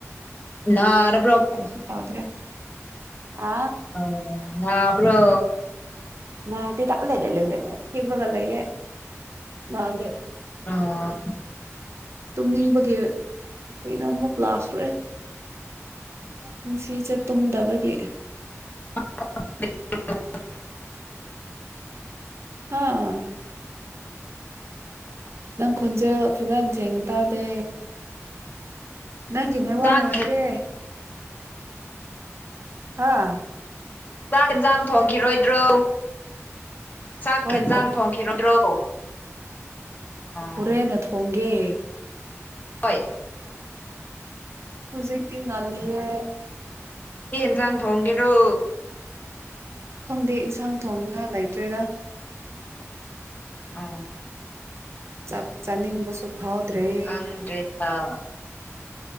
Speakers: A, on the left; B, on the right.
A: ꯅꯔꯥ <inaudible>
B: ꯀꯩꯁꯨ ꯇꯧꯗ꯭ꯔꯦ ꯑ
A: ꯑꯧ ꯅꯥꯕ꯭ꯔꯣ
B: ꯅꯥꯗꯦꯗ ꯂꯩ ꯂꯩ ꯂꯩ ꯂꯩ ꯂꯩ ꯍꯤꯞꯂꯒ ꯂꯩꯌꯦ ꯅꯥꯗꯦ
A: ꯑꯥ
B: ꯇꯨꯝꯅꯤꯡꯕꯒꯤ ꯀꯩꯅ ꯑꯃꯨꯛ ꯂꯥꯛꯈ꯭ꯔꯦ ꯅꯨꯡꯁꯤ ꯆ ꯇꯨꯝꯗꯕꯒꯤ
A: ꯑ
B: ꯑꯥ ꯈꯣꯟꯖꯦꯜ ꯐꯖꯅ ꯊꯦꯡꯅ ꯇꯥꯗꯦ ꯅꯪꯒꯤꯅꯦꯕꯣꯟ
A: ꯆꯥꯛ
B: ꯅꯨꯡꯉꯥꯏꯇꯦ ꯑꯥ
A: ꯆꯥꯛ ꯌꯦꯟꯁꯥꯡ ꯊꯣꯡꯈꯤꯔꯣꯏꯗ꯭ꯔꯣ ꯆꯥꯛꯈꯤꯦꯟꯖꯥꯡ
B: ꯍꯣꯏ
A: ꯊꯣꯡꯈꯤꯔꯣꯏꯗ꯭ꯔꯣ ꯑꯣ
B: ꯎꯔꯦꯅ ꯊꯣꯡꯒꯦ
A: ꯍꯣꯏ
B: ꯍꯧꯖꯤꯛꯛꯇꯛꯇꯤꯅꯜꯂꯤꯦ
A: ꯑꯦꯥꯡ ꯊꯣꯡꯒꯦꯔꯣ
B: ꯈꯪꯗꯦ ꯏꯟꯁꯥꯡ ꯊꯣꯡꯅꯤꯡꯉꯥꯏ ꯂꯩꯇ꯭ꯔꯦꯔ
A: ꯑ
B: ꯆꯥꯛ ꯆꯥꯅꯤꯡꯕꯁꯨ ꯐꯥꯎꯗ꯭ꯔꯦ
A: ꯈꯪꯗ꯭ꯔꯦꯗ